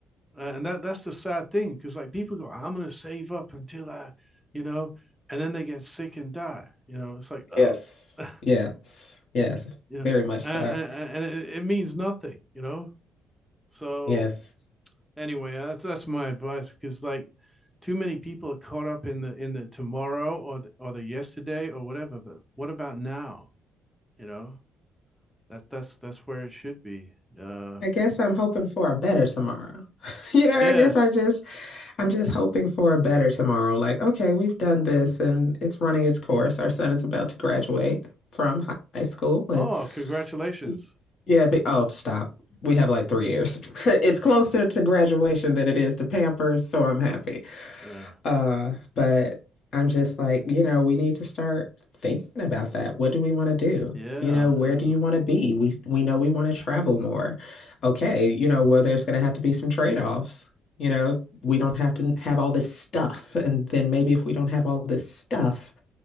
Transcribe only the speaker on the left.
Yes.
Yes. Yes.
Very much
so.
Yes.
I guess I'm hoping for a better tomorrow. <laughs> You know,
I guess I just I'm just hoping for a better tomorrow. Like, okay, we've done this and it's running its course. Our son is about to graduate from hi- high school and
<laughs> yeah, but oh, stop. We have like three years. <laughs> It's closer to graduation than it is to Pampers, so I'm happy.
Uh, but I'm just like, you know, we need to start thinking about that. What do we want to do?
You know, where
do you want to be? We we know we want to travel more. Okay, you know, well, there's going to have to be some trade-offs. You know, we don't have to have all this stuff, and then maybe if we don't have all this stuff,